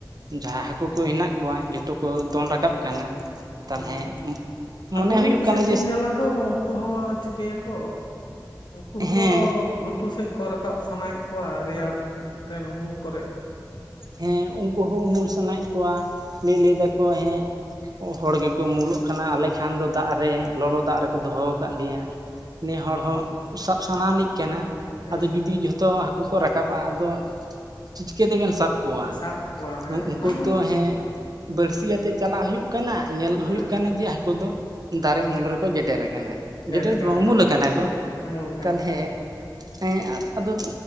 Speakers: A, on the right; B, on the left.
A: ᱡᱟᱦᱟᱸ ᱦᱟᱹᱠᱩ ᱠᱚ ᱦᱮᱱᱟᱜ ᱠᱚᱣᱟ ᱡᱚᱛᱚ ᱠᱚ ᱫᱚᱱ ᱨᱟᱠᱟᱵ ᱠᱟᱱᱟ᱾ ᱛᱟᱦᱚᱞᱮ
B: ᱦᱮᱸ
A: ᱢᱚᱱᱮ
B: ᱟᱫᱚ
A: ᱦᱩᱭᱩᱜ
B: ᱜᱚᱝᱠᱮ
A: ᱠᱟᱱᱟ
B: ᱥᱤᱛᱩᱝ
A: ᱡᱮ
B: ᱡᱟᱞᱟ ᱫᱚᱼᱼ ᱩᱱᱠᱩ ᱦᱚᱸ ᱪᱤᱠᱟᱹᱭ ᱟᱠᱚ ᱩᱱᱠᱩ ᱦᱚᱸᱛᱚ
A: ᱦᱮᱸ
B: ᱜᱷᱩᱴᱩ ᱥᱮᱫ ᱠᱚ ᱨᱟᱠᱟᱵ ᱥᱟᱱᱟᱭᱮᱫ ᱠᱚᱣᱟ ᱨᱮᱭᱟᱲ ᱛᱮᱱ ᱩᱢᱩᱞ ᱠᱚᱨᱮ
A: ᱦᱮᱸ ᱩᱱᱠᱩ ᱦᱚᱸ ᱩᱢᱩᱞ ᱥᱟᱱᱟᱭᱮᱫ ᱠᱚᱣᱟ ᱞᱟᱹᱭ ᱞᱟᱹᱭ ᱫᱟᱠᱚ ᱦᱮᱸ ᱦᱚᱲ ᱜᱮᱠᱚ ᱩᱢᱩᱞ ᱠᱟᱱᱟ ᱟᱞᱮ ᱠᱷᱟᱱ ᱫᱚ ᱫᱟᱜ ᱨᱮ ᱞᱚᱞᱚ ᱫᱟᱜ ᱨᱮᱠᱚ ᱫᱚᱦᱚ ᱠᱟᱫ ᱞᱮᱭᱟ᱾ ᱱᱮᱸ ᱦᱚᱲ ᱦᱚᱸ ᱥᱟᱵ ᱥᱟᱱᱟᱭᱟᱱᱤᱡ ᱠᱟᱱᱟ
B: ᱦᱩᱸ
A: ᱟᱫᱚ
B: ᱦᱩᱸ
A: ᱡᱩᱫᱤ ᱡᱷᱚᱛᱚ ᱦᱟᱹᱠᱩ ᱠᱚ ᱨᱟᱠᱟᱵᱟ ᱟᱫᱚ ᱪᱤᱴᱠᱟᱹ ᱛᱮᱵᱮᱱ ᱥᱟᱵ ᱠᱚ ᱠᱚᱣᱟ
B: ᱥᱟᱵ ᱠᱚᱣᱟ ᱦᱮᱸ
A: ᱩᱱᱠᱩ
B: ᱚᱱᱟ ᱦᱚᱸ
A: ᱛᱚ ᱦᱮᱸ
B: ᱦᱩᱸ
A: ᱵᱟᱹᱲᱥᱤᱭᱟᱛᱮᱫ ᱪᱟᱞᱟᱜ ᱦᱩᱭᱩᱜ ᱠᱟᱱᱟ ᱧᱮᱞ
B: ᱦᱩᱸ
A: ᱦᱩᱭᱩᱜ ᱠᱟᱱᱟ ᱡᱮ ᱦᱟᱹᱠᱩ ᱫᱚ ᱫᱟᱨᱮ ᱩᱢᱩᱞ ᱨᱮᱠᱚ ᱡᱮᱰᱮᱨ ᱠᱟᱱᱟ ᱡᱮᱰᱮᱨ
B: ᱟᱠᱟᱱᱟ
A: ᱫᱚ ᱵᱟᱝ ᱩᱢᱩᱞ
B: ᱦᱟᱸᱜ
A: ᱠᱟᱱᱟ ᱠᱚ
B: ᱩᱢᱩᱞ ᱠᱟᱱᱟ
A: ᱛᱟᱦᱚᱞᱮ
B: ᱠᱚ ᱦᱟᱸᱜ
A: ᱦᱮᱸ ᱟᱫᱚ